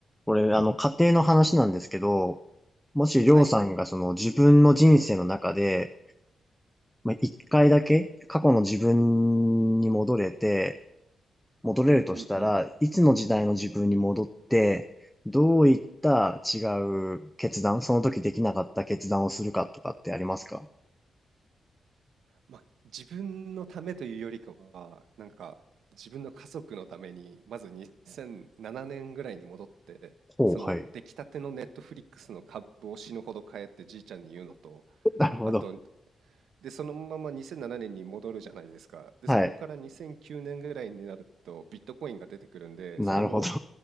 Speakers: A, in the centre; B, on the right (about 80°).
A: これ、あの、家庭の話なんですけど、もしりょうさんがその自分の人生の中で、
B: はい。
A: まあ、一回だけ過去の自分に戻れて、戻れるとしたら、
B: うんうんうん。
A: いつの時代の自分に戻って、どういった違う決断、その時できなかった決断をするかとかってありますか
B: まあ、自分のためというよりかは、なんか、自分の家族のために、まず2007年ぐらいに戻って、
A: ほう、
B: その出来たてのネットフリックスの株を死ぬほど買えってじいちゃんに言うのと、
A: はい。なるほど。
B: あと、で、そのまま2007年に戻るじゃないですか。で、
A: はい。
B: そこから2009年ぐらいになると、ビットコインが出てくるんで、
A: なるほど。
B: それも、